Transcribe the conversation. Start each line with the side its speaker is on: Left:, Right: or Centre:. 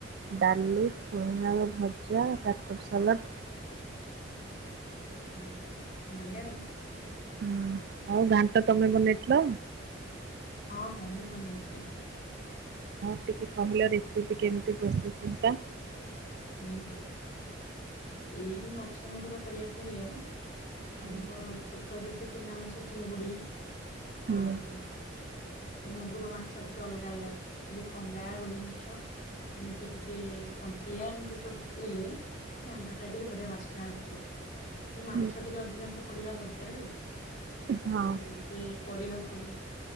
Right: ଡାଲି ଛୁଇଁଆଳୁ ଭଜା କାକୁଡି ସାଲାଟ।
Left: ହଁ ବଢିଆ ଆଉ।
Right: ହୁଁ ଆଉ ଘାଣ୍ଟ ତମେ ବନେଇଥିଲ।
Left: ହଁ ହଁ ମୁଁ ବନେଇ ଥିଲି।
Right: ହଉ ଟିକେ କହିଲ ରେସିପି କେମିତି ପ୍ରୋସେସିଙ୍ଗ ଟା?
Left: ହୁଁ ହୁଁ। ଏଇ ମାଛ ମହୁର କରିବାକୁ ହେଲେ,
Right: ହୁଁ
Left: ଆମର ଛୋଟ ଯେତେ ଚୁନାମାଛ ଚିଙ୍ଗୁଡି
Right: ହୁଁ
Left: ଆଉ ତ ମହୁର ମା ଛ ଟିକେ ଅଲଗା ଅଲଗା। ଏଇ ଖଙ୍ଗା, ରୋହି ମାଛ, ଏମିତି ଟିକେ କଣ୍ଟିଆ। ସେ ସବୁ ପକେଇଲେ ଏ ଘାଣ୍ଟଟା ଟିକେ ବଢିଆ ବାସ୍ନା ଆସିବ। ସେ ମାଛ
Right: ହୁଁ
Left: ଟିକେ ଅଧିକାଂଶ ପଡିବା ଦରକାର ଆଉ। ତାପରେ
Right: ହଁ
Left: ଯେତେ ପରିବା ସବୁ